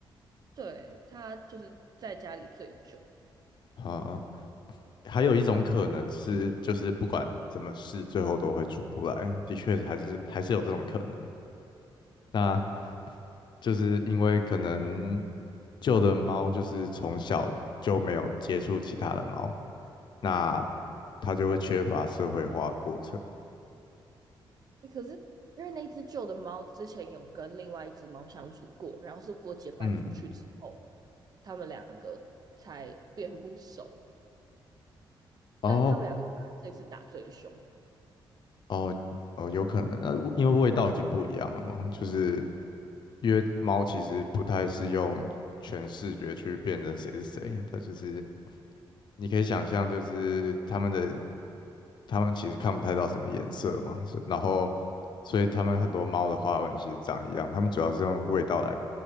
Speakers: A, on the right; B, on the left.
A: 对，他就是在家里最久。
B: 啊、还有一种可能是，就是不管怎么试，最后都会出不来。的确，还是还是有这种可能。那就是因为可能旧的猫就是从小就没有接触其他的猫，那它就会缺乏社会化的过程。
A: 欸可是因为那只旧的猫之前有跟另外一只猫相处过，然后是我姐搬出去之后，
B: 嗯，
A: 他们两个才变不熟，
B: 哦
A: 但他们两个这次打最凶。
B: 哦哦，有可能。那因为味道已经不一样了嘛，就是因为猫其实不太是用全视觉去辨认谁是谁，它就是你可以想象，就是他们的他们其实看不太到什么颜色嘛，是，然后所以他们很多猫的花纹其实长一样，他们主要是用味道来